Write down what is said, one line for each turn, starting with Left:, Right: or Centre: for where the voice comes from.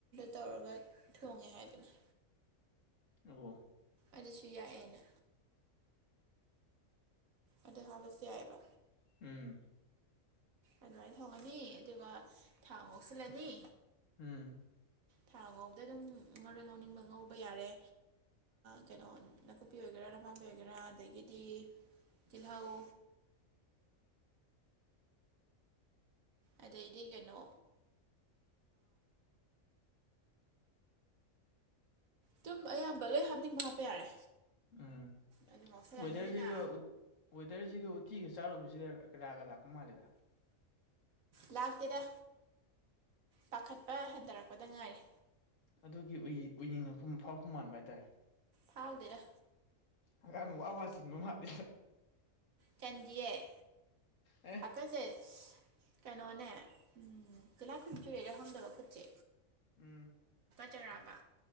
Right: ꯇꯧꯔꯒ ꯊꯣꯡꯉꯦ ꯍꯥꯏꯕꯅꯤ
Left: ꯑꯣ
Right: ꯑꯗꯨꯁꯨ ꯌꯥꯏꯑꯦꯅ ꯑꯗꯨ ꯍꯥꯕꯁꯨ ꯌꯥꯏꯑꯕ
Left: ꯎꯝ
Right: ꯑꯗꯨꯃꯥꯏꯅ ꯊꯧꯉꯅꯤ ꯑꯗꯨꯒ ꯊꯥꯎ ꯉꯣꯛꯆꯤꯜꯂꯅꯤ
Left: ꯎꯝ
Right: ꯊꯥ ꯐꯥꯎꯗ ꯑꯗꯨꯝ ꯉꯣꯔꯣꯏ ꯉꯥꯎꯅꯤꯡꯕ ꯉꯧꯕ ꯌꯥꯔꯦ ꯀꯩꯅꯣ ꯅꯥꯀꯨꯞꯄꯤ ꯑꯣꯏꯒꯦꯔꯥ ꯅꯄꯥꯕꯤ ꯑꯣꯏꯒꯦꯔꯥ ꯑꯗꯒꯤꯗꯤ ꯇꯤꯍꯥꯑꯣ ꯑꯗꯩꯗꯤ ꯀꯩꯅꯣ ꯇꯨꯝ ꯑꯌꯥꯝꯕ ꯂꯣꯏ ꯍꯥꯞꯅꯤꯡꯕ ꯍꯥꯞꯄ ꯌꯥꯔꯦ
Left: ꯎꯝ
Right: ꯑꯗꯨ ꯉꯧꯁꯜꯂꯅꯤꯗꯅ
Left: ꯋꯦꯗꯔꯁꯤꯒ ꯋꯦꯗꯔꯁꯤꯒ ꯎꯇꯤꯒ ꯆꯥꯔꯨꯕꯕꯁꯤ ꯔꯒ ꯂꯥꯛꯀ ꯃꯥꯂꯤꯗ
Right: ꯂꯥꯛꯇꯦꯗ ꯄꯥꯈꯠꯄ ꯍꯟꯊꯔꯛꯄꯗ ꯉꯥꯏꯔꯦ
Left: ꯑꯗꯨꯒꯤ ꯎꯏꯅꯤꯡꯉꯛꯄ ꯐꯥꯎꯔꯛꯄ ꯃꯥꯟꯕ ꯍꯥꯏꯇꯥꯔꯦ
Right: ꯍꯥꯎꯗꯔꯥ
Left: ꯍꯥꯒꯥꯝ ꯋꯥꯋꯥ ꯆꯟꯕ ꯃꯜꯂꯤꯗ
Right: ꯆꯟꯗꯤꯑꯌꯦ
Left: ꯑꯦ
Right: ꯑꯀꯜꯗ ꯀꯩꯅꯣꯅꯦ ꯎꯝ ꯀꯨꯂꯥ ꯀꯨꯟꯆꯨꯔꯦꯔꯦꯍꯪꯗꯕ ꯈꯨꯠꯁꯦ
Left: ꯎꯝ
Right: ꯆꯩꯔꯥꯕ